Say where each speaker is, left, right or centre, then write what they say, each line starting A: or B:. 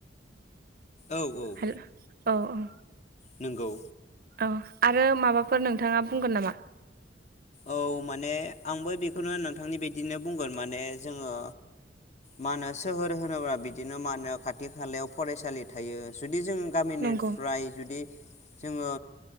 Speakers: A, on the left (about 40°); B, on the right (about 55°).
A: औ औ
B: हेल औ औ
A: नोंगौ
B: औ आरो माबाफोर नोंथाङा बुंगोन नामा
A: औ माने आंबो बेखौनो नोंथांनि बदिनो बुंगोन माने जोङो मा होनो सोहोर होनोब्ला बिदिनो मा होनो खाथि खालायाव फरायसालि थायो जुदि जों गामिनिफ्राय
B: नंगौ
A: जुदि जोङो